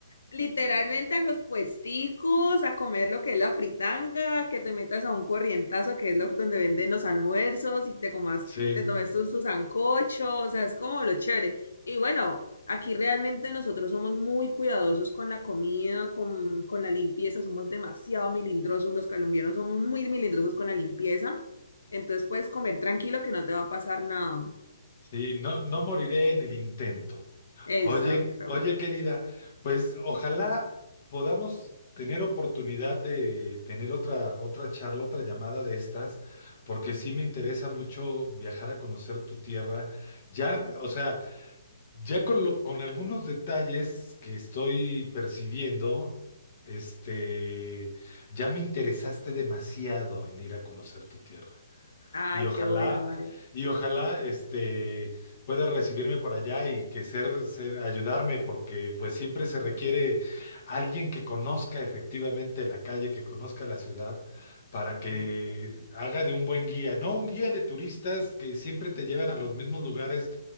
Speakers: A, on the left (about 85°); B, on the left (about 45°).
A: literalmente a los puesticos, a comer lo que es la fritanga, que te metas a un corrientazo, que es lo donde venden los almuerzos y te comas,
B: Sí,
A: te tomes tus tu sancocho, o sea, es como lo chévere. Y bueno, aquí realmente nosotros somos muy cuidadosos con la comida, con, con la limpieza, somos demasiado milindrosos, los colombianos somos muy milindrosos con la limpieza, entonces puedes comer tranquilo que no te va a pasar nada.
B: sí, no, no moriré en el intento.
A: Exacto.
B: Oye, oye, querida, pues ojalá podamos tener oportunidad de tener otra, otra charla, otra llamada de estas, porque sí me interesa mucho viajar a conocer tu tierra. Ya, o sea, ya con lo- con algunos detalles que estoy percibiendo, este, ya me interesaste demasiado en ir a conocer tu tierra.
A: Ay,
B: Y ojalá,
A: qué bueno, Mario.
B: y ojalá, este, pueda recibirme por allá y que ser, ser, ayudarme, porque pues siempre se requiere alguien que conozca efectivamente la calle, que conozca la ciudad, para que
A: Sí.
B: haga de un buen guía, no un guía de turistas que siempre te llevan a los mismos lugares